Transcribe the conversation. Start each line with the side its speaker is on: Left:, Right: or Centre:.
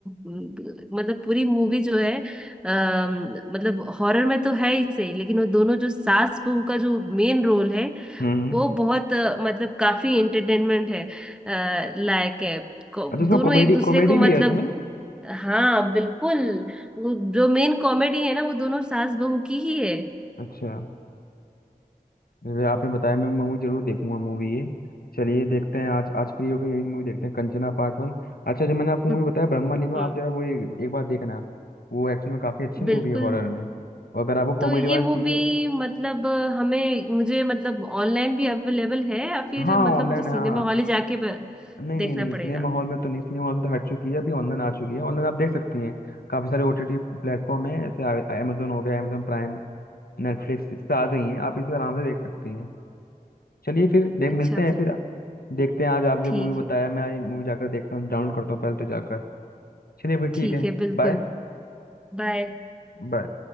Centre: मतलब पूरी मूवी जो है अम, मतलब हॉरर में तो है ही सही लेकिन वो दोनों जो सास बहू का जो मेन रोल है
Left: हम्म, हम्म,
Centre: वो बहुत अ, मतलब काफी इंटरटेनमेंट है अ, लायक है को,
Left: अच्छा उसमें
Centre: दोनों
Left: कॉमेडी
Centre: एक दूसरे
Left: कॉमेडी
Centre: को मतलब
Left: भी है उसमें
Centre: हाँ बिल्कुल वो जो मेन कॉमेडी है ना वो दोनों सास बहू की ही है
Left: अच्छा जैसे आपने बताया मैं मूवी जरूर देखूंगा मूवी ये चलिए देखते हैं आज आज फ्री होकर यही मूवी देखते हैं कंचना पार्ट वन अच्छा जो मैंने आपको मूवी
Centre: हम्म,
Left: बताया ब्रह्मालिंगम
Centre: हम्म,
Left: आप जरा वो एक, एक बार देखना वो एक्चुअल में काफ़ी अच्छी मूवी
Centre: बिल्कुल
Left: है हॉरर में और अगर आपको
Centre: तो
Left: कॉमेडी
Centre: ये
Left: वाला
Centre: मूवी
Left: चाहिए
Centre: मतलब अ, हमें मुझे मतलब ऑनलाइन भी अवेलेबल है या फिर
Left: हाँ
Centre: मतलब
Left: ऑनलाइन
Centre: मुझे सिनेमा
Left: हाँ
Centre: हॉल ही जाके ब-
Left: नहीं
Centre: देखना
Left: नहीं नहीं सिनेमा
Centre: पड़ेगा
Left: हॉल में तो नहीं सिनेमा हॉल से तो हट चुकी है अभी ऑनलाइन आ चुकी है ऑनलाइन आप देख सकती हैं काफ़ी सारे ओटीटी प्लेटफॉर्म हैं जैसे अमेजोन हो गया अमेजोन प्राइम नेटफ्लिक्स इस पे आ गई हैं आप इस पे आराम से देख सकती हैं चलिए फिर देख
Centre: अच्छा
Left: मिलते हैं
Centre: तो
Left: फिर देखते हैं आज आप जो
Centre: ठीक
Left: मूवी
Centre: है
Left: बताया मैं आज मूवी जाकर देखता हूँ डाउनलोड करता हूँ पहले तो जाकर चलिए फिर
Centre: ठीक
Left: ठीक है
Centre: है बिल्कुल
Left: बाय
Centre: बाय
Left: बाय